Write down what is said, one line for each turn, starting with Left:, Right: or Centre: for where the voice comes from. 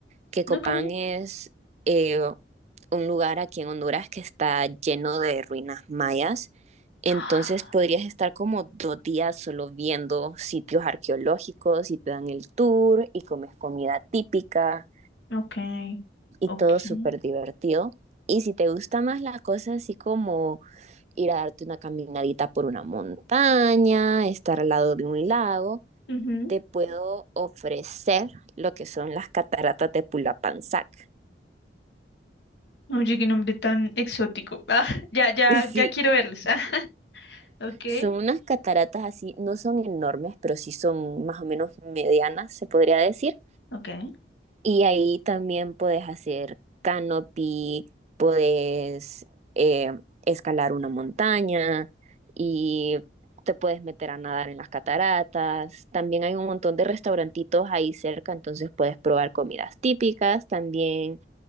Right: que Copán
Left: Ok.
Right: es eh, un lugar aquí en Honduras que está lleno de ruinas mayas. Entonces
Left: <gasps>
Right: podrías estar como dos días solo viendo sitios arqueológicos y te dan el tour y comes comida típica
Left: Ok,
Right: y
Left: ok.
Right: todo súper divertido. Y si te gusta más la cosa así como ir a darte una caminadita por una montaña, estar al lado de un lago,
Left: Ujú.
Right: te puedo ofrecer lo que son las cataratas de Pulapanzac.
Left: Oye, qué nombre tan exótico. Ah, <laughs> ya, ya,
Right: <laughs> Sí,
Left: ya quiero verlos. <laughs> Ok,
Right: Son unas cataratas así, no son enormes, pero sí son más o menos medianas, se podría decir
Left: ok.
Right: Y ahí también puedes hacer canopy, puedes eh, escalar una montaña y te puedes meter a nadar en las cataratas. También hay un montón de restaurantitos ahí cerca, entonces puedes probar comidas típicas, también